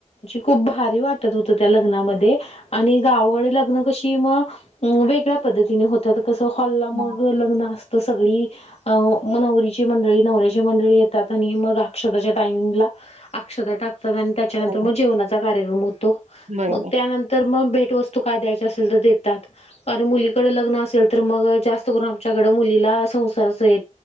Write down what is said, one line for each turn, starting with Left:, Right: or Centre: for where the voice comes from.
Left: खूप भारी वाटत होत त्या लग्नामध्ये आणि गावाकडे लग्न कशी मग अं वेगळ्या पद्धतीने होतात कसं हॉलला मग
Right: हां.
Left: लग्न असतं सगळी अ मग नवरीची मंडळी नवऱ्याची मंडळी येतात. आणि मग अक्षताच्या टायमिंगला अक्षता टाकतात आणि त्याच्यानंतर
Right: हो.
Left: मग जेवणाचा कार्यक्रम होतो
Right: बरोबर.
Left: मग त्यानंतर तर मग भेटवस्तू काय द्यायची असेल तर देतात. कार मुलीकडे लग्न असेल तर मग जास्त करून आमच्याकड मुलीला संसाराच य